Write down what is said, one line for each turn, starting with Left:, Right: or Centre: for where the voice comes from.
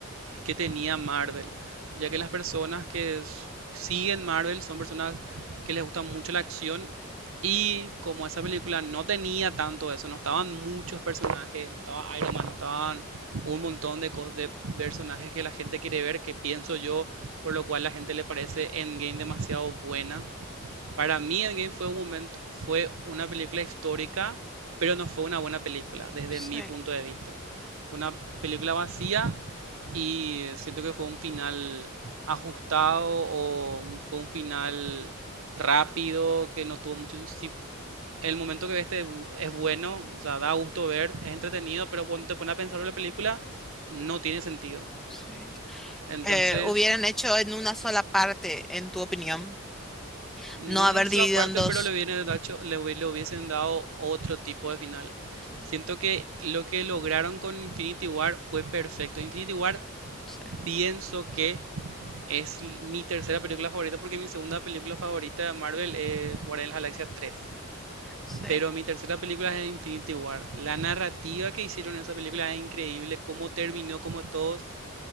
Right: que tenía Marvel, ya que las personas que s- siguen Marvel son personas que les gusta mucho la acción y como esa película no tenía tanto eso, no estaban muchos personajes, no estaba Iron Man, no estaban un montón de, co- de personajes que la gente quiere ver, que pienso yo, por lo cual la gente le parece Endgame demasiado buena. Para mí Endgame fue un momento, fue una película histórica, pero no fue una buena película, desde
Centre: Sí,
Right: mi punto de vista. una película vacía y siento que fue un final ajustado o un- fue un final rápido que no tuvo mucho... Si el momento que ves te bu- es bueno, o sea, da gusto ver, es entretenido, pero cuando te pones a pensar en la película, no tiene sentido.
Centre: sí.
Right: Entonces,
Centre: Eh, hubieran hecho en una sola parte, en tu opinión,
Right: No,
Centre: no haber
Right: no no es
Centre: dividido
Right: la parte,
Centre: en dos.
Right: pero le hubiesen dado, le, hubi- le hubiesen dado otro tipo de final.
Centre: ta-
Right: Siento que lo que lograron con Infinity War fue perfecto. Infinity War
Centre: Sí,
Right: pienso que es l- mi tercera película favorita porque mi segunda película favorita de Marvel es Guardianes de la Galaxia tres
Centre: Sí,
Right: Pero mi tercera película es Infinity War. La narrativa que hicieron en esa película es increíble, cómo terminó, como todos